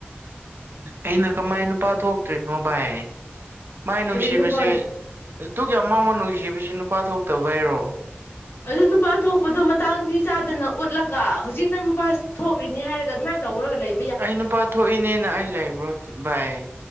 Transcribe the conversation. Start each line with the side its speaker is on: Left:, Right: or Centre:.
Right: ꯑꯩꯅ ꯀꯃꯥꯏꯅ ꯅꯨꯄꯥ ꯊꯣꯛꯇ꯭ꯔꯤꯅꯣ ꯚꯥꯏ ꯃꯥꯏ ꯅꯨꯡꯁꯤꯕꯁꯦ
Left: ꯀꯔꯤ ꯅꯨꯄꯥ
Right: ꯑꯗꯨꯛ ꯌꯥꯝ ꯃꯉꯣꯟ ꯅꯨꯡꯁꯤꯕꯁꯤ ꯅꯨꯄꯥ ꯊꯣꯛꯇꯕꯩꯔꯣ
Left: ꯑꯗꯨ ꯅꯨꯄꯥ ꯊꯣꯛꯄꯗꯣ ꯃꯇꯥꯡꯗꯤ ꯆꯥꯗꯅ ꯎꯠꯂꯒ ꯍꯧꯖꯤꯛ ꯅꯪ ꯅꯨꯄꯥ ꯊꯣꯛꯂꯤꯅꯤ ꯍꯥꯏꯔꯒ ꯑꯗꯨꯃꯥꯏꯅ ꯇꯧꯔꯒ ꯂꯩ
Right: ꯑꯩ ꯅꯨꯄꯥ ꯊꯣꯛꯏꯅꯦꯅ ꯑꯩ ꯂꯩꯕ꯭ꯔꯣ ꯚꯥꯏ